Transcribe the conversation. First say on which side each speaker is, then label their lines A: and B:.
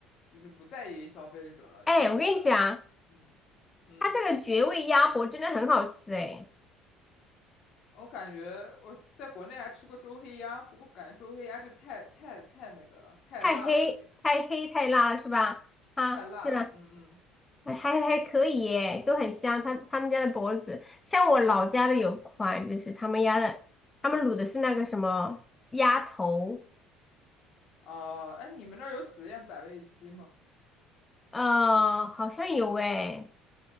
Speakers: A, on the left; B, on the left.
A: 就是不在意消费者了，
B: 哎，
A: 就是可能
B: 我跟你讲，
A: 嗯嗯，
B: 他这个绝味鸭脖真的很好吃哎，
A: 我感觉我在国内还吃过周黑鸭，不过感觉周黑鸭就太太太那个了，太辣了有点，
B: 太黑太黑太辣了是吧？啊，
A: 太辣了。
B: 是吧？
A: 嗯嗯。
B: 还还还可以耶，都很香。他他们家的脖子，像我老家的有款，就是他们家的，他们卤的是那个什么鸭头，
A: 哦、哎，你们那儿有紫燕百味鸡吗？
B: 呃，好像有诶，